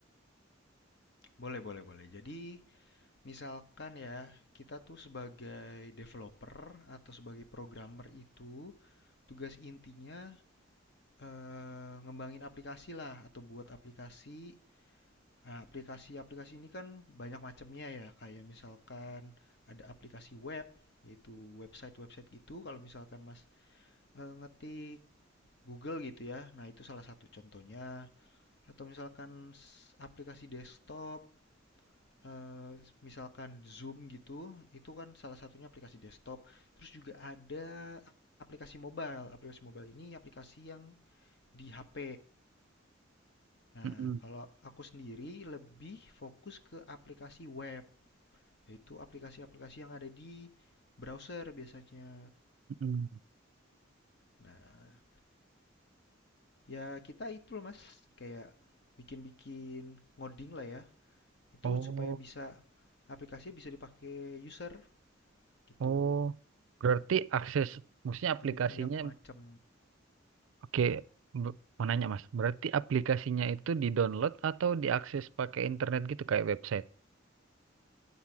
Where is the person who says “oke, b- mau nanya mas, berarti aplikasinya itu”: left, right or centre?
Right